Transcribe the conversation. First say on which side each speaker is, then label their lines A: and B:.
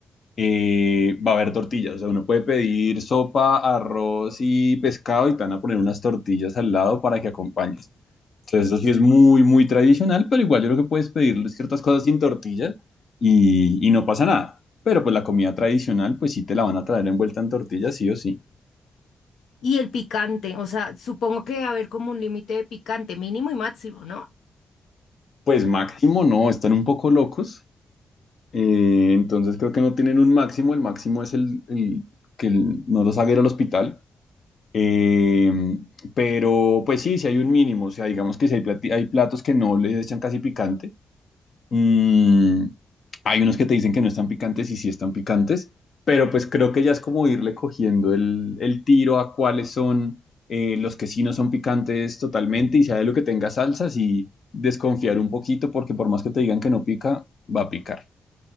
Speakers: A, on the left; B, on the left.
A: eh, va a haber tortillas. O sea, uno puede pedir sopa, arroz y pescado y te van a poner unas tortillas al lado para que acompañes. Entonces, eso sí es muy, muy tradicional, pero igual yo creo que puedes pedir ciertas cosas sin tortilla y, y no pasa nada. Pero pues la comida tradicional, pues sí te la van a traer envuelta en tortilla, sí o sí.
B: Y el picante, o sea, supongo que debe haber como un límite de picante mínimo y máximo, ¿no?
A: Pues máximo, no, están un poco locos. Eh, entonces creo que no tienen un máximo, el máximo es el, el que el- no los haga ir al hospital. Eh, pero pues sí, sí hay un mínimo, o sea, digamos que si hay, plati- hay platos que no les echan casi picante, Mm, hay unos que te dicen que no están picantes y sí están picantes, pero pues creo que ya es como irle cogiendo el, el tiro a cuáles son eh, los que sí no son picantes totalmente y sea de lo que tenga salsas y desconfiar un poquito porque por más que te digan que no pica, va a picar.